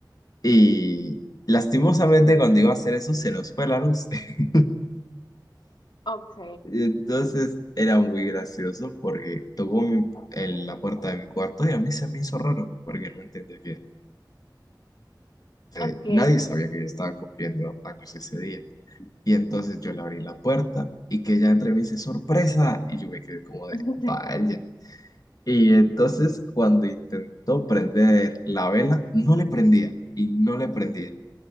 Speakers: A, on the left; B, on the left.
A: y lastimosamente cuando iba a hacer eso se nos fue la luz. <laughs>
B: Ok,
A: Y entonces era muy gracioso porque tocó mi- en la puerta de mi cuarto y a mí se me hizo raro porque no entendía que eh,
B: ok,
A: nadie sabía que yo estaba cumpliendo años ese día. Y entonces yo le abrí la puerta y que ella entre y me dice, sorpresa, y yo me quedé como de,
B: <laughs>
A: vaya. Y entonces cuando intentó prender la vela, no le prendía y no le prendía.